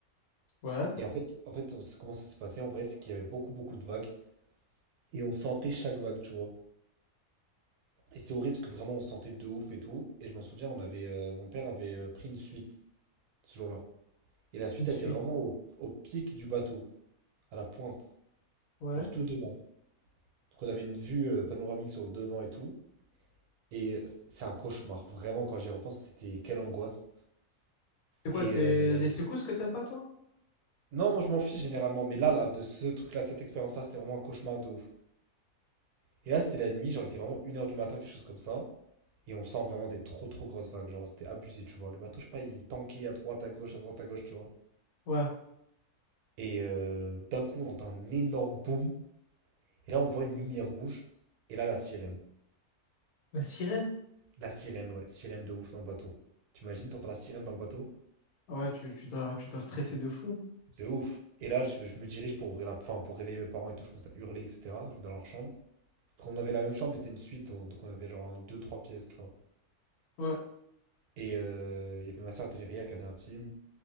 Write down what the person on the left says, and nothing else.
Ouais.
Une suite.
Ouais.
C'est quoi?
C'est
les secousses que t'aimes pas, toi?
Ouais.
La sirène?
Ouais, tu, tu t'as, tu t'as stressé de fou.
Ouais.